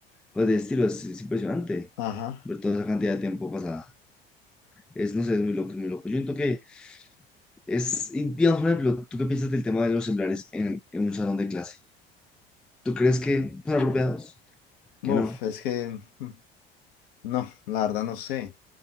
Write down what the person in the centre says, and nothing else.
Cosas de estilo, es, es impresionante
ver toda esa cantidad de tiempo pasada. Es, no sé, es muy loco, es muy loco. Yo siento que es, y digamos, por ejemplo, ¿tú qué piensas del tema de los celulares en, en un salón de clase? ¿Tú crees que son apropiados?
Que no.